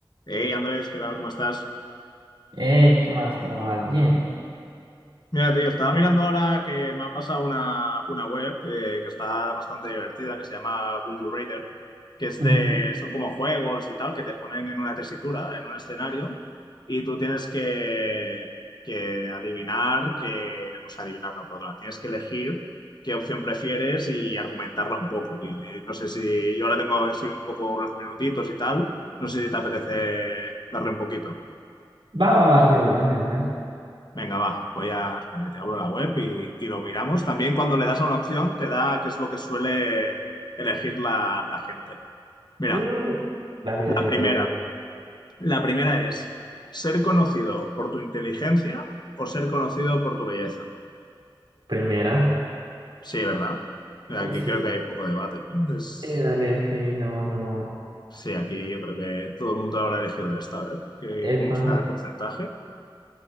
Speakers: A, on the left; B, on the right.
A: Hey Andrés, ¿qué tal? ¿Cómo estás?
B: Ey, ¿qué más? ¿Cómo vas? Bien.
A: Mira, tío, estaba mirando ahora que me ha pasado una, una web eh, que está bastante divertida, que se llama Would You Rather, que es
B: Ujú.
A: de, son como juegos y tal, que te ponen en una tesitura, en un escenario, y tú tienes que, que adivinar que, o sea, adivinar, no, perdona, tienes que elegir qué opción prefieres y argumentarla un poco, tío. Y no sé si, yo ahora tengo así un poco unos minutitos y tal, no sé si te apetece darle un poquito.
B: Va, va, va, de una, de una.
A: Venga, va, voy a... espera, que te abro la web y, y lo miramos. También cuando le das a una opción te da qué es lo que suele elegir la, la gente. Mira,
B: Mm, Dale,
A: la
B: dale, interesante.
A: primera. La primera es ser conocido por tu inteligencia o ser conocido por tu belleza.
B: Primera.
A: Sí, ¿verdad? Aquí
B: Oh, sí.
A: creo que hay poco debate, ¿no? Es...
B: Sí, dale, sí, no, no.
A: Sí, aquí yo creo que todo el mundo habrá elegido esta. A ver, ¿qué-
B: Epa.
A: ¿cómo está el porcentaje?